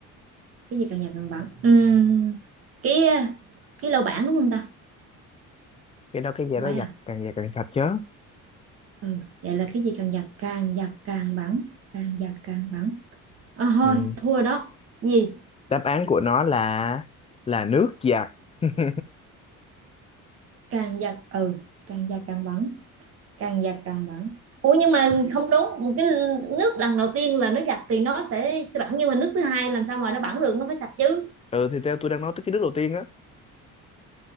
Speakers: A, on the right; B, on the left.
A: cái gì càng giặt càng bẩn Ừm, cái cái lau bảng đúng không ta
B: cái đó cái gì
A: không
B: đó
A: phải à
B: giặt càng giặt càng sạch chứ
A: ừ vậy là cái gì càng giặt càng giặt càng bẩn càng giặt càng bẩn à, thôi
B: Ừm,
A: thua rồi đó gì
B: đáp án của nó là là nước giặt <laughs>
A: càng giặt ừ càng giặt càng bẩn càng giặt càng bẩn ủa nhưng mà không đúng một cái nước lần đầu tiên là nó giặt thì nó sẽ sẽ bẩn nhưng mà nước thứ hai làm sao mà nó bẩn được nó phải sạch chứ
B: ừ thì theo tôi đang nói tới cái nước đầu tiên á